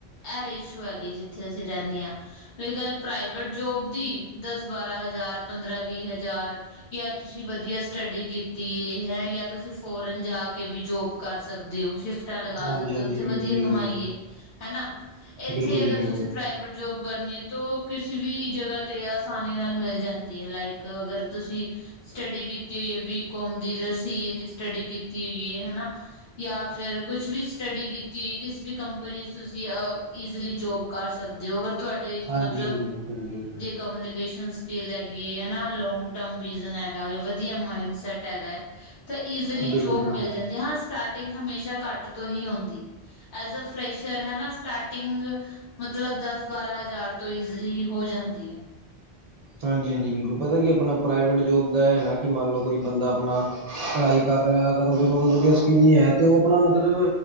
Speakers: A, on the left (about 85°); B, on the right (about 50°).
A: ਐ ਰੇਸ਼ੋ ਹੈਗੀ ਜਿੱਥੇ ਅਸੀਂ ਰਹਿੰਦੇ ਹਾਂ। ਮੇਰੀ ਗੱਲ ਪ੍ਰਾਈਵੇਟ ਜੋਬ ਦੀ ਦਸ -ਬਾਰਾਂ ਹਜ਼ਾਰ, ਪੰਦਰਾਂ -ਵੀਹ ਹਜ਼ਾਰ ਜਾਂ ਤੁਸੀਂ ਵਧੀਆ ਸਟੱਡੀ ਕੀਤੀ ਹੈ, ਜਾਂ ਤੁਸੀਂ ਫੋਰਨ ਜਾ ਕੇ ਵੀ ਜੋਬ ਕਰ ਸਕਦੇ ਹੋ। ਸ਼ਿਫਟਾਂ ਲੱਗਾ
B: ਹਾਂਜੀ-ਹਾਂਜੀ,
A: ਸਕਦੇ ਹੋ। ਉੱਥੇ
B: ਬਿਲਕੁਲ-ਬਿਲਕੁਲ।
A: ਵਧੀਆ ਕਮਾਈ ਹੈ। ਹੈ ਨਾ। ਇੱਥੇ
B: ਬਿਲਕੁਲ ਬਿਲਕੁਲ ਬਿਲਕੁਲ ਜੀ
A: ਅਗਰ
B: ਬਿਲਕੁਲ।
A: ਤੁਸੀਂ ਪ੍ਰਾਈਵੇਟ ਜੋਬ ਕਰਨੀ ਹੈ ਤਾਂ ਕਿਸੇ ਵੀ ਜਗ੍ਹਾ ਤੇ ਆਸਾਨੀ ਨਾਲ ਮਿਲ ਜਾਂਦੀ ਹੈ ਲਾਈਕ ਅਗਰ ਤੁਸੀਂ ਸਟੱਡੀ ਕੀਤੀ ਹੋਈ ਹੈ ਬੀਕੌਮ ਦੀ ਜਾਂ ਸੀ ਏ ਦੀ ਸਟੱਡੀ ਕੀਤੀ ਹੋਈ ਹੈ ਹਨਾ ਜਾਂ ਫਿਰ ਕੁਛ ਵੀ ਸਟੱਡੀ ਕੀਤੀ ਏ ਕਿਸੇ ਵੀ ਕੰਪਨੀ 'ਚ ਤੁਸੀਂ ਈਜ਼ਲੀ ਜੋਬ ਕਰ ਸਕਦੇ ਹੋ, ਅਗਰ ਤੁਹਾਡੇ
B: ਹਾਂਜੀ-ਹਾਂਜੀ,
A: ਚ ਮਤਲਬ
B: ਬਿਲਕੁਲ ਜੀ ਬਿਲਕੁਲ।
A: ਕਮਿਊਨਿਕੈਸ਼ਨ ਸਕਿਲ਼ ਹੈਗੀ ਹਨਾ ਲੋਂਗ ਟਰਮ ਹੈਗਾ, ਵਧੀਆ ਮਾਇਡ ਸੈਟ ਹੈਗਾ ਹੈ। ਤਾਂ ਈਜ਼ਲੀ
B: ਬਿਲਕੁਲ-ਬਿਲਕੁਲ।
A: ਜੋਬ ਮਿਲ ਜਾਂਦੀ ਹਾਂ ਸਟਾਰਟਿੰਗ ਹਮੇਸ਼ਾ ਘੱਟ ਤੋਂ ਹੀ ਹੁੰਦੀ ਹੈ। ਐਸ ਏ ਫਰੈਸ਼ਰ ਹਨਾ ਸਟਾਰਟਿੰਗ ਮਤਲਬ ਦਸ- ਬਾਰਾਂ ਹਜ਼ਾਰ ਤੋਂ ਈਜ਼ਲੀ ਹੋ ਜਾਂਦੀ ਹੈ।
B: ਹਾਂਜੀ -ਹਾਂਜੀ ਬਿਲਕੁਲ ਪਤਾ ਕਿ ਆਪਣਾ ਪ੍ਰਾਈਵੇਟ ਜੋਬ ਦਾ ਹੈ ਨਾ ਕਿ ਮੰਨ ਲਓ ਕੋਈ ਬੰਦਾ ਆਪਣਾ ਪੜ੍ਹਾਈ ਕਰ ਰਿਹਾ ਅਗਰ ਉਹਦੇ ਕੋਲ ਕੋਈ ਵਧੀਆ ਸਕਿਲ ਨੀ ਹੈ ਤੇ ਉਹ ਆਪਣਾ ਮਤਲਬ